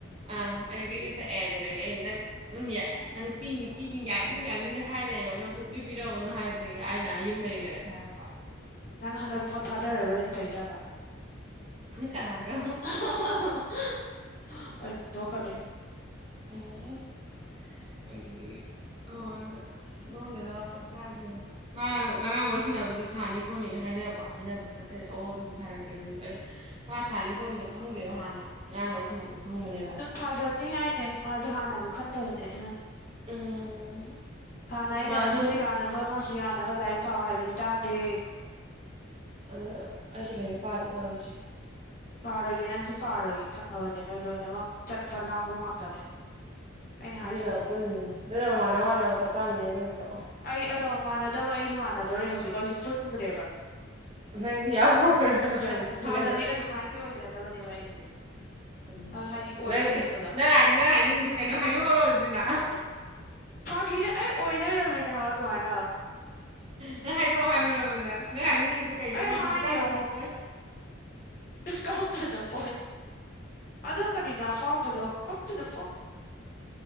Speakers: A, on the right; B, on the left.
A: ꯑꯥ ꯑꯗꯒꯤ ꯏꯟ ꯇꯛꯑꯦ ꯑꯗꯨꯗꯒꯤ ꯑꯩꯅ ꯅꯪ ꯗꯨꯝ ꯌꯥ ꯅꯪ ꯄꯤꯅꯤ ꯄꯤꯅꯤ ꯌꯥꯅꯤ ꯌꯥꯅꯤꯗ ꯍꯥꯏꯔ ꯂꯩꯑꯣ ꯑꯗꯨꯒ ꯁꯨꯝ ꯄꯤ ꯄꯤꯔꯛꯑꯣꯅꯣ ꯍꯥꯏꯕꯗꯒꯤ ꯑꯩꯅ ꯌꯨꯝ ꯂꯩꯔꯤꯉꯩꯗ ꯊꯔꯛꯄ
B: ꯅꯪ ꯍꯟꯗꯛ ꯕꯣꯠ ꯊꯥꯗꯔꯥꯔꯣꯏ ꯅ ꯇꯧꯔꯤ ꯖꯥꯠꯔꯥ
A: ꯀꯅꯥꯒ
B: <unintelligible> ꯇꯣꯛꯀꯅꯤ
A: <unintelligible> ꯑꯗꯨꯗꯒꯤ ꯑꯉꯣꯟꯗ ꯅꯥꯉꯣꯟꯗꯩ ꯂꯧꯔꯥ ꯊꯥꯒꯤꯕꯟ ꯃꯥ ꯉꯔꯥꯡ ꯋꯔꯤꯁꯟꯅꯕꯗꯨꯗ ꯊꯥꯅꯤ ꯈꯣꯠꯅꯤꯅ ꯍꯥꯏꯅꯕ ꯍꯥꯏꯅꯕꯗꯨꯗ ꯑꯩꯅ ꯑꯣ ꯑꯗꯨꯗꯤ ꯊꯥꯔꯛꯀꯦꯗꯪ ꯑꯩ ꯄꯥ ꯊꯥꯅꯤ ꯈꯣꯠꯅꯤꯗꯣ ꯈꯪꯗꯦꯕ ꯍꯥꯟꯅ ꯉꯥꯔꯥꯡ ꯋꯥꯔꯤ ꯁꯥꯅꯕꯗꯥ ꯈꯪꯕꯅꯦꯕ
B: ꯊꯥꯖꯠꯅꯤ ꯍꯥꯏꯅꯦ ꯃꯥꯁꯨ ꯍꯥꯟꯅꯒ ꯈꯟꯗꯕꯅꯦ ꯑꯗꯨꯅꯅꯦ
A: ꯎꯝ
B: ꯍꯥꯟꯅ ꯑꯩꯅ
A: ꯃꯥ
B: ꯑꯗꯨꯁꯨ
A: ꯑꯗꯨꯝ
B: ꯌꯥꯟ ꯅꯕ ꯑꯃꯁꯨ ꯌꯥꯅꯕ ꯂꯥꯏꯔꯤꯛ ꯄꯥꯎ ꯍꯥꯏꯕꯗꯤ ꯇꯥꯗꯦ
A: ꯑꯗ ꯑꯩꯁꯨ ꯂꯥꯏꯔꯤꯛ ꯄꯥꯗꯦ ꯇꯧꯔꯤꯁꯦ
B: ꯄꯥꯔꯣꯏꯌꯦ ꯅꯪꯁꯨ ꯄꯥꯔꯣꯏꯌꯦ ꯈꯪꯉꯕꯅꯦ ꯅꯣꯏ ꯂꯣꯏꯅꯃꯛ ꯆꯠꯄ ꯂꯥꯡꯕ ꯉꯥꯛꯇꯅꯦ ꯑꯩꯅ
A: ꯑꯗꯨꯅ
B: ꯍꯥꯏꯁꯤꯅꯦ
A: ꯄꯨꯜꯂꯤꯅꯦ ꯑꯗꯨ ꯃꯥꯟꯅ ꯃꯥꯟꯅꯕ ꯆꯥꯛ ꯆꯥꯃꯤꯟꯅꯩꯁꯨ ꯎꯗ꯭ꯔꯣ
B: ꯑꯩ ꯑꯗꯣ ꯃꯥꯟꯅꯗꯕ ꯑꯩꯁꯨ ꯃꯥꯟꯅꯗꯧꯔꯦ ꯍꯧꯖꯤꯛ ꯑꯩꯁꯨ ꯄꯨꯟꯗ꯭ꯔꯦꯕ
A: ꯅꯪꯁꯨ ꯌꯥꯎꯈ꯭ꯔꯕ
B: ꯐꯤꯌꯥ
A: ꯁꯪꯒ ꯁꯪꯒꯅꯕ
B: ꯍꯥꯟꯅꯗꯤ ꯑꯗꯨꯃꯥꯏꯟꯗꯤ ꯑꯣꯏꯖꯗꯕꯅꯦꯕ ꯑꯩꯁꯦ
A: ꯎꯝ
B: ꯑꯗꯣ
A: ꯁꯛꯁꯤ
B: ꯍꯥꯏꯗꯤ ꯑꯣꯏ
A: ꯅꯪ
B: ꯂꯩꯔꯝꯕꯗꯣ
A: ꯏꯁ ꯅꯪ ꯍꯥꯏ ꯅꯪ ꯍꯥꯏꯅꯤꯡꯉꯁꯤ ꯀꯩꯅꯣ ꯍꯥꯏꯔꯛꯑꯣꯔꯣ ꯑꯗꯨꯗꯤ ꯅ ꯎ
B: ꯒꯤꯅꯦ ꯑꯩ ꯑꯣꯏꯗꯣꯏꯔꯝꯃꯤꯅꯦ ꯍꯥꯕ ꯑꯗꯨꯃꯥꯏꯅ
A: ꯅꯪ ꯍꯥꯏꯗꯣꯛꯑꯣ ꯍꯥꯏꯕ꯭ꯔꯕ ꯅꯪ ꯅꯣꯏ ꯍꯥꯏꯅꯤꯡꯉꯤꯁꯦ ꯀꯩꯅꯣ
B: ꯑꯩ
A: ꯑꯗꯨꯗꯤ
B: ꯍꯥꯏꯅꯦ
A: ꯀꯝ ꯇꯨꯗ ꯄꯣꯏ
B: ꯀꯝꯇꯨꯗ ꯄꯣꯏꯟ ꯑꯗꯨ ꯀꯔꯤꯅꯣ ꯑꯄꯥꯝꯕꯗꯣ ꯀꯝꯇꯨꯗ